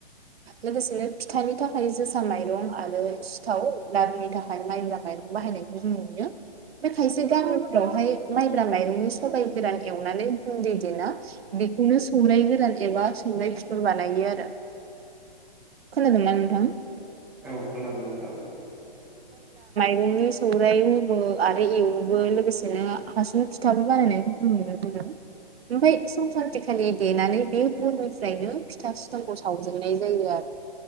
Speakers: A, on the right; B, in the centre.
A: लोगोसेनो फिथानि थाखाय बि जोसा माइरं आरो सिथाव लारुनि थाखाय माइब्रा माइरं बाहायनायखौ जों नुयो। बे खायसे गामि फ्रावहाय माइब्रा माइरंनि सबाय गोरान एवनानै गुन्दै देना बेखौनो सौनाय गोरान एबा सौराय फिथर बानायो आरो। खोनादोंना नोंथां?
B: औ खोनादों नोंथां
A: मैगंनि सौराइ हमो आरो एवोबो लोगोसेनो हासुं फिथाबो बानायनायखौ जों नुनो मोनो। ओमफ्राय संक्रान्ति खालि देनानै बे जायनो फिथा सिथावखौ सावजेननाय जायो आरो।